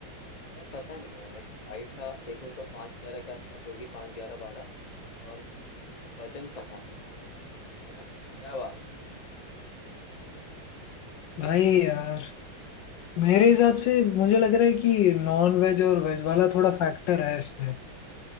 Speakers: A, on the left; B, on the left.
A: भाई पता नहीं यार लाइक हाइट का देखूं तो पाँच ग्यारह के आसपास होगी पाँच ग्यारह बारह और वजन पचास देखा क्या बात है
B: भाई यार मेरे हिसाब से मुझे लग रहा है कि नॉन वेज और वेज वाला थोड़ा फैक्टर है इसमें